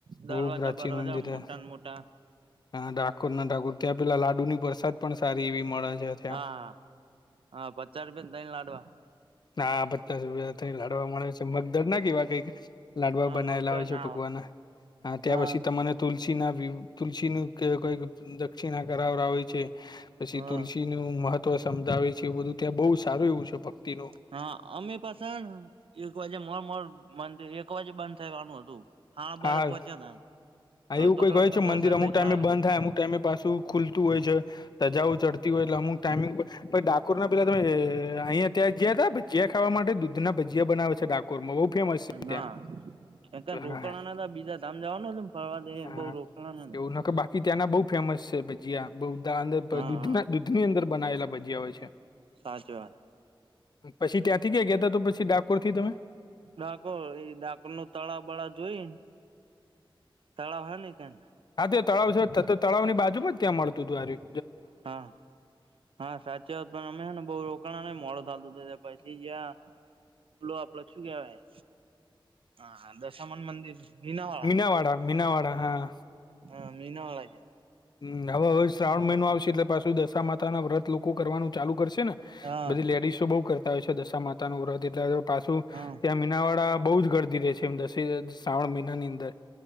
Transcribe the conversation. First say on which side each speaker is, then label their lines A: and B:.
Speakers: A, on the right; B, on the left.
A: દરવાજા-બરવાજા
B: બહુ પ્રાચીન મંદિર
A: મોટા
B: હે
A: ને મોટા.
B: હા, ડાકોર ના ઠાકોર, ત્યાં પેલા લાડુની પરસાદ પણ સારી એવી મળે છે. ત્યાં
A: હા, આ પચાસ રૂપિયા તઈને લાડવા.
B: ના બધા સુ લડવાવામાં મળે છે, મગદળના કે એવા કઈક લાડવા
A: હા
B: બનાવેલા
A: મગદર
B: હોય છે,
A: ના
B: ભગવાને
A: આવે
B: ત્યાં
A: હા
B: પછી તમને તુલસી ના તુલસી ન કોઈક દક્ષિણા કરાવરાવે છે. પછી
A: હા
B: તુલસી નું મહત્વ સમજાવે છે, વ બધું ત્યાં બહુ સારું એવું છે, ભક્તિનું.
A: હા, અમે પાસે એક વાજે મોરર મિર એક વાજે બંધ થવાનું હતું. બારે
B: હા,
A: પહોંચ્યા તા
B: હા
A: અડધો
B: એવું કઈ
A: કલાકમાં
B: હોય છે, મંદિર
A: દર્શન
B: અમુક
A: થઈ
B: ટાઈમે
A: ગયા હારું
B: બંધ
A: કર્યું
B: થાય, અમુક ટાઈમે પાછું. ખુલતું હોય છે, ધજાઓ ચડતી હોય, એટલે અમુક ટાઈમંગ કોરોના પેલા તમે અહિયાયા ત્યાં ગયા હતા છે. ભજીયા ખાવા માટે દૂધના ભજીયા બનાવે છે, ડાકોર માં બહુ ફેમસ છે, ત્યાં
A: ના ક રોકાણા
B: હા.
A: બીજા ધામ જવાના હતા ફરવા દે
B: હા,
A: બઉ રોકાણા નતા
B: એવું ન કે બાકી ત્યાંના બહ ફેમસ છે, ભજીયા. બધા અંદર
A: હા
B: દૂધના,
A: હા
B: દૂધ ની અંદર બનાવેલા ભજીયા હોય છે.
A: સાચી વાત.
B: પછી ત્યાંથી ગયાં ગયાતા તો, પછી ડાકોર થી તમે
A: ડાકોર એ, ડાકોર નું તળાવ બળા જોઈને, તળાવ હો ને ઈ કન.
B: હા, તો તળાવ છે, ત ત તળાવ ની બાજુમાં જ ત્યાં મળતું હતું આર્યુ.
A: હા, હા, સાચ વાત પણ અમે હે ને, બહુ મોડો થતું હતું ને, પછી જયાં પલો આપડો શું કેવાય? હા, હા, દશામાના મંદિર મીના વાળા
B: મીનાવાડા, મીનાવાડા હા.
A: હા, મીનાવાળા જ્યાં
B: હ હવે હવે શ્રાવણ મહિનો આવશે એટલે પાછું દશા માતા ના વ્રત લોકો કરવાનું ચાલુ કરશે ને
A: હા
B: બધી લેડીઝ બહુ કરતા હોય છે દશા માતા નું વ્રત એટલે પાછું
A: હા
B: ત્યાં મીનાવાડા બહુ જ ગરદી રહે છે એમ દ શ્રાવણ મહિનાની અંદર